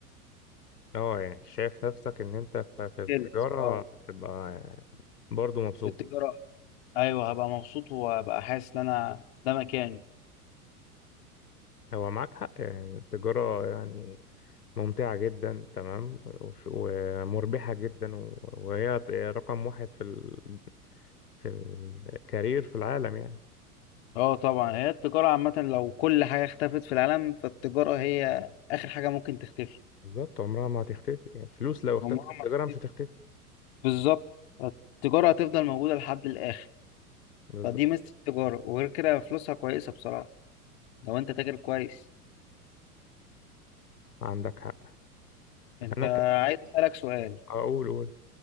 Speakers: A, on the left; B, on the left.
A: اه يعني شايف نفسك ان انت ف- في التجارة
B: سيلز اه
A: تبقى برضو مبسوط
B: في التجاره ايوه هبقى مبسوط وهبقى حاسس ان انا ده مكاني
A: هو معاك حق يعني التجارة يعني ممتعة جدا تمام وف- ومربحة جدا و- وهي ت- رقم واحد في ال... في الكارير في العالم يعني
B: اه طبعا هي التجاره عامه لو كل حاجه اختفت في العالم فالتجاره هي اخر حاجه ممكن تختفي
A: بالظبط عمرها ما هتختفي يعني فلوس لو اختفت
B: عمرها
A: التجارة
B: ما هتختفي.
A: مش هتختفي
B: بالظبط التجاره هتفضل موجوده لحد الاخر
A: بالظبط
B: فدي ميزه التجاره وغير كده فلوسها كويسه بصراحه لو انت تاجر كويس
A: عندك حق
B: انت
A: انا ك...
B: عايز اسالك سؤال
A: اقول قول